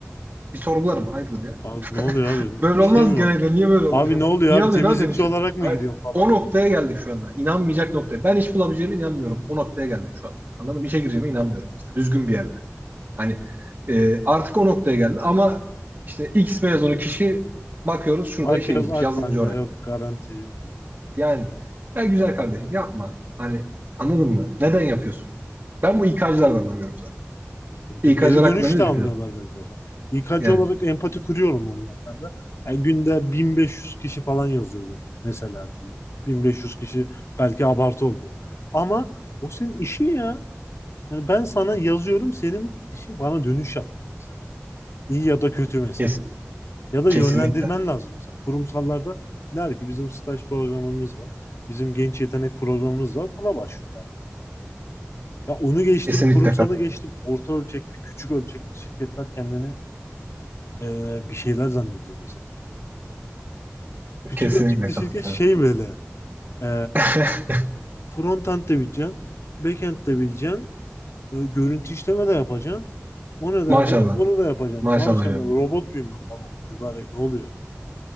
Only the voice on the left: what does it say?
Abi ne oluyor abi?
Bir
şey mi
var?
Abi ne oluyor
abi?
Temizlikçi
olarak mı
gidiyorum falan?
Bakıyoruz
Akbank'a
yok garanti.
Dö-
Geri dönüş
de
almıyorlar beni mesela. İK'cı
olarak empati kuruyorum onun hakkında. Yani günde 1500 kişi falan yazıyordur mesela diyelim. 1500 kişi belki abartı oldu. Ama o senin işin ya. Yani ben sana yazıyorum senin işin bana dönüş yapman mesela. İyi ya da kötü mesela.
Ya da
yönlendirmen lazım mesela. Kurumsallarda der ki bizim staj programımız var. Bizim genç yetenek programımız var. Buna başvur derler. Ya onu geçtim,
kurumsala
geçtim. Orta ölçekli, küçük ölçekli şirketler kendini e, bir şeyler zannediyor mesela. Küçük
ölçekli
şirket şey böyle e,
front de bileceksin, backend de bileceksin, e, görüntü işleme de yapacaksın, onu
da yapacaksın, bunu da yapacaksın.
Maşallah
robot muyum ben baba? Mübarek ne oluyor?